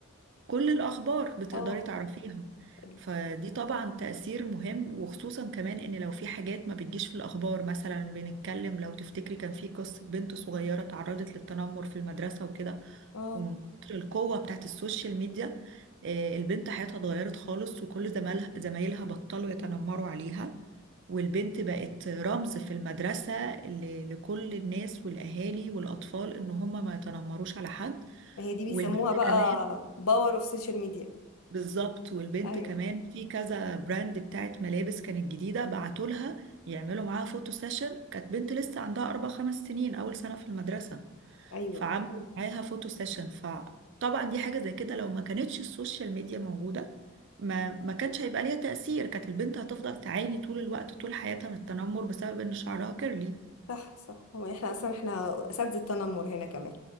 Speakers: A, on the right (about 55°); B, on the left (about 85°).
A: كل الأخبار بتقدري
B: اه آه،
A: تعرفيها
B: ال-
A: فدي طبعا تأثير مهم وخصوصا كمان إن لو في حاجات ما بتجيش في الأخبار مثلا بنتكلم لو تفتكري كان في قصة بنت صغيرة تعرضت للتنمر في المدرسة وكده
B: اه
A: ومن كتر القوة بتاعت السوشيال ميديا آه، البنت حياتها اتغيرت خالص وكل زمالها زمايلها بطلوا يتنمروا عليها والبنت بقت رمز في المدرسة ل- لكل الناس والأهالي والأطفال إن هم ما يتنمروش على حد
B: ما هي دي بيسموها
A: والبنت
B: بقى
A: كمان
B: باور اوف سوشيال ميديا
A: بالظبط والبنت
B: ايوه
A: كمان في كذا براند بتاعت ملابس كانت جديدة بعتوا لها يعملوا معاها فوتو سيشن كانت بنت لسه عندها أربع خمس سنين أول سنة في المدرسة
B: ايوه
A: فعملوا معاها فوتو سيشن فطبعا دي حاجة زي كده لو ما كانتش السوشيال ميديا موجودة ما ما كانش هيبقى ليها تأثير كانت البنت هتفضل تعاني طول الوقت طول حياتها من التنمر بسبب إن شعرها كيرلي
B: صح صح هو احنا اصلا احنا اساتذة التنمر هنا كمان